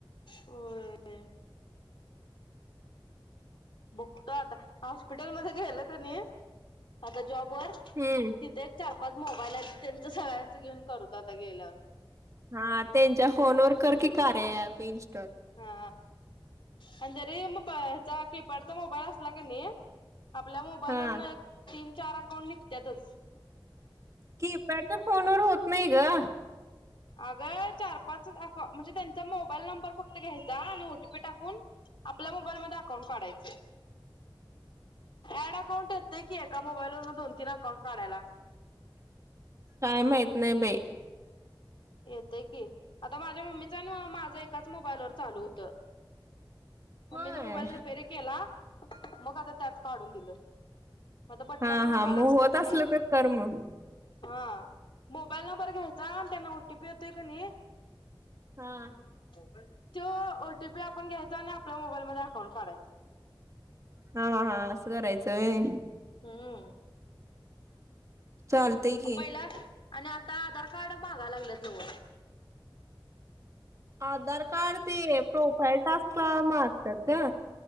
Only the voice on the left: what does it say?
होय बघतो आता हॉस्पिटल मध्ये गेल, क नयी आता जॉब बरं तिथे
चार पाच मोबाईल हायत, त्याचं सगळ्यांचं घेऊन करतो आता गेल्याव
हा आणि जरी मोबा ह्याचा कीपॅडचा मोबाईल असला क नी आपल्या मोबाईलवरनं
एक पिन चार अकाउंट निघत्यातच
अगं चार पाच आका म्हणजे त्यांचा मोबाईल नंबर फक्त घ्यायचा आणि ओटीपी टाकून आपल्या मोबाईल मध्ये अकाउंट काढायच ऍड अकाउंट येतय की एका मोबाईलवरन दोन तीन अकाउंट काढायला.
येतय की आता माझ्या मम्मीचा आणि माझं एकाच मोबाईलवर चालू होत. मम्मीचा
मोबाईल रीपेरी केला. मग आता त्यात काढून दिलं. मग आता बटनाचा
मोबाईल
असला
का नाही
हा मोबाईल नंबर घ्याय चा त्यांना ओ टी पी येतोय कणी <inaudible>
त्यो ओटीपी आपण घ्यायचा आणि आपल्या मोबाईल मध्ये अकाऊंट काढायच.
हुं
आ पहिला आणि आता आधार कार्ड मागा लागल्यात न्हव